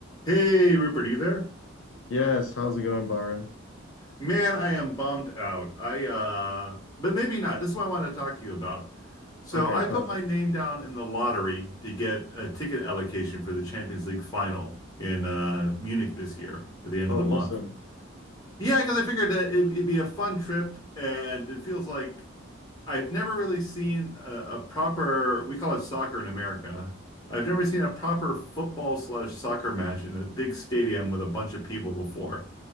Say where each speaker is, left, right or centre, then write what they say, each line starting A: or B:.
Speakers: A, on the left; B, on the left.
A: Hey Rupert, are you there?
B: Yes, how's it going, Byron?
A: Man, I am bummed out. I uh but maybe not. This is what I want to talk to you about. So
B: Okay,
A: I
B: perfect.
A: put my name down in the lottery to get a ticket allocation for the Champions League final in uh Munich this year at the end
B: Oh,
A: of the month.
B: awesome.
A: Yeah, because I figured that it, it'd be a fun trip and it feels like I've never really seen a, a proper, we call it soccer in America. I've never seen a proper football slash soccer match in a big stadium with a bunch of people before.